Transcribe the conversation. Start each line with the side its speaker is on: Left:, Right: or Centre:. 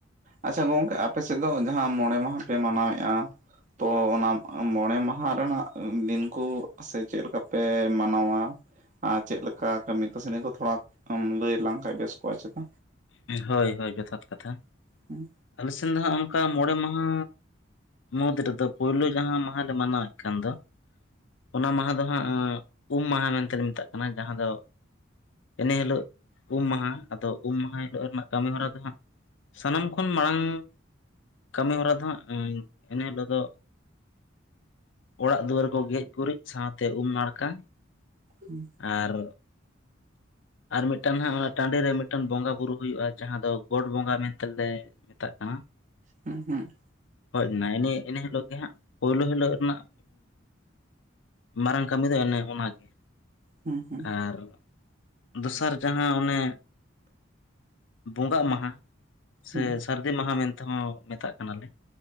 Right: ᱟᱪᱪᱷᱟ ᱜᱚᱝᱠᱮ ᱟᱯᱮ ᱥᱮᱫ ᱫᱚ ᱡᱟᱦᱟᱸ ᱢᱚᱬᱮ ᱢᱟᱦᱟ ᱯᱮ ᱢᱟᱱᱟᱣᱮᱫ-ᱟ ᱛᱚ ᱚᱱᱟ ᱢᱚᱬᱮ ᱢᱟᱦᱟ ᱨᱮᱱᱟᱜ ᱫᱤᱱ ᱠᱚ ᱥᱮ ᱪᱮᱫ ᱞᱮᱠᱟ ᱯᱮ ᱢᱟᱱᱟᱣᱟ ᱟᱨ ᱪᱮᱫ ᱞᱮᱠᱟ ᱠᱟᱹᱢᱤ ᱠᱟᱹᱥᱱᱤ ᱠᱚ ᱛᱷᱚᱲᱟ ᱞᱟᱹᱭ ᱞᱟᱝ ᱠᱷᱟᱡ ᱵᱮᱥ ᱠᱚᱜ-ᱟ ᱪᱮᱛᱟ
Left: ᱦᱳᱭ ᱦᱳᱭ ᱡᱚᱛᱷᱟᱛ ᱠᱟᱛᱷᱟ
Right: ᱦᱩᱸ
Left: ᱟᱞᱮ ᱥᱮᱱ ᱫᱚ ᱦᱟᱸᱜ ᱚᱱᱠᱟ ᱢᱚᱬᱮ ᱢᱟᱦᱟ ᱢᱩᱫᱽ ᱨᱮᱫᱚ ᱯᱳᱭᱞᱳ ᱡᱟᱦᱟᱸ ᱢᱟᱦᱟᱞᱮ ᱢᱟᱱᱟᱣᱮᱫ ᱠᱟᱱ ᱫᱚ ᱚᱱᱟ ᱢᱟᱦᱟ ᱫᱚ ᱦᱟᱸᱜ ᱩᱢ ᱢᱟᱦᱟ ᱢᱮᱱᱛᱮ ᱞᱮ ᱢᱮᱛᱟᱜ ᱠᱟᱱᱟ ᱡᱟᱦᱟᱸ ᱫᱚ ᱮᱱᱮ ᱦᱤᱞᱟᱹᱜ ᱩᱢ ᱢᱟᱦᱟ ᱟᱫᱚ ᱩᱢ ᱢᱟᱦᱟ ᱦᱤᱞᱳᱜ ᱨᱮᱱᱟᱜ ᱠᱟᱹᱢᱤ ᱦᱚᱨᱟ ᱫᱚ ᱦᱟᱸᱜ ᱥᱟᱱᱟᱢ ᱠᱷᱚᱱ ᱢᱟᱲᱟᱝ ᱠᱟᱹᱢᱤ ᱦᱚᱨᱟ ᱫᱚ ᱦᱟᱸᱜ ᱮᱱᱮ ᱦᱤᱞᱟᱹᱜ ᱫᱚ ᱚᱲᱟᱜ ᱫᱩᱣᱟᱹᱨ ᱠᱚ ᱜᱮᱡ ᱜᱩᱨᱤᱡ ᱥᱟᱶᱛᱮ ᱩᱢ ᱱᱟᱲᱠᱟ
Right: ᱦᱩᱸ
Left: ᱟᱨ ᱟᱨ ᱢᱤᱫᱴᱟᱝ ᱦᱟᱸᱜ ᱚᱱᱟ ᱴᱟᱺᱰᱤ ᱨᱮ ᱢᱤᱫᱴᱟᱝ ᱵᱚᱸᱜᱟ ᱵᱩᱨᱩ ᱦᱩᱭᱩᱜ-ᱟ ᱡᱟᱦᱟᱸ ᱫᱚ ᱜᱚᱴ ᱵᱚᱸᱜᱟ ᱢᱮᱱᱛᱮᱞᱮ ᱢᱮᱛᱟᱜ ᱠᱟᱱᱟ
Right: ᱦᱩᱸ ᱦᱩᱸ
Left: ᱦᱳᱭ ᱱᱟᱭᱮ ᱤᱱᱟᱹ ᱦᱤᱞᱳᱜ ᱜᱮ ᱦᱟᱜ ᱯᱳᱭᱞᱳ ᱦᱤᱞᱳᱜ ᱨᱮᱱᱟᱜ ᱢᱟᱨᱟᱝ ᱠᱟᱹᱢᱤ ᱫᱚ ᱮᱱᱮ ᱚᱱᱟᱜᱮ
Right: ᱦᱩᱸ ᱦᱩᱸ
Left: ᱟᱨ ᱫᱚᱥᱟᱨ ᱡᱟᱦᱟᱸ ᱚᱱᱮ ᱵᱚᱸᱜᱟᱜ ᱢᱟᱦᱟ ᱥᱮ
Right: ᱦᱩᱸ
Left: ᱥᱟᱹᱨᱫᱤ ᱢᱟᱦᱟ ᱢᱮᱱᱛᱮᱦᱚᱸ ᱢᱮᱛᱟᱜ ᱠᱟᱱᱟᱞᱮ